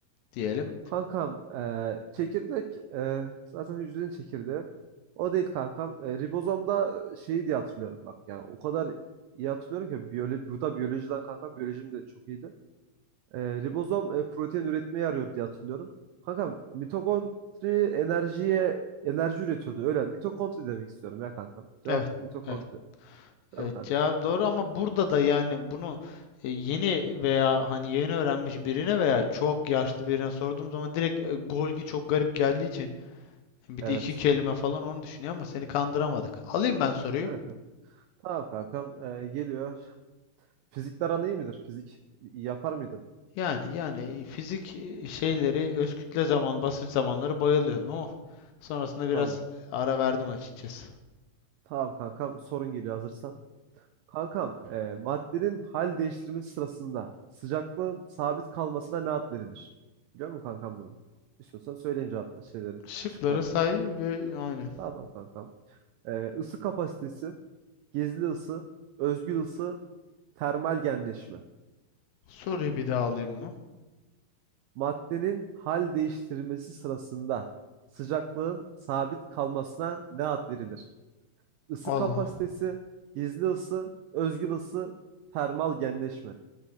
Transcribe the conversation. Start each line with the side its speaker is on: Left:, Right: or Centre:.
Left: diyelim.
Right: Kankam e, çekirdek e, zaten hücrenin çekirdeği. O değil kankam. E, ribozomda şey diye hatırlıyorum bak. Yani o kadar iyi hatırlıyorum ki biyoloji, bu da biyolojiden kankam. Biyolojim de çok iyiydi. E, ribozom e, protein üretmeye yarıyordu diye hatırlıyorum. Kankam mitokondri enerjiye enerji üretiyordu. Öyle mitokondri demek istiyorum ya kankam. Cevap
Left: Evet,
Right: mitokondri.
Left: evet,
Right: Değil
Left: evet.
Right: mi kankam?
Left: Cevap doğru ama burada da yani bunu e, yeni veya hani yeni öğrenmiş birine veya çok yaşlı birine sorduğum zaman direkt e, Golgi çok garip geldiği için Bir
Right: Evet.
Left: de iki kelime falan onu düşünüyor ama seni kandıramadık. Alayım ben soruyu.
Right: Evet evet. Tamam kankam e, geliyor. Fizikler aran iyi midir? Fizik y- yapar mıydın?
Left: Yani yani fizik e, şeyleri öz kütle zaman basınç zamanları bayılıyordum ama sonrasında biraz
Right: Tamam.
Left: ara verdim açıkçası.
Right: Tamam kankam sorun geliyor hazırsan. Kankam e, maddenin hal değiştirmesi sırasında sıcaklığın sabit kalmasına ne ad verilir? Biliyor musun kankam bunu? İstiyorsan söyleyeyim cevapla şeyleri,
Left: Şıkları
Right: şıkları.
Left: say ve aynı.
Right: Tamam kankam. Ee, ısı kapasitesi, gizli ısı, özgül ısı, termal genleşme.
Left: Soruyu bir daha alayım mı?
Right: Maddenin hal değiştirmesi sırasında sıcaklığın sabit kalmasına ne ad verilir? Isı
Left: Allah.
Right: kapasitesi, gizli ısı, özgül ısı, termal genleşme.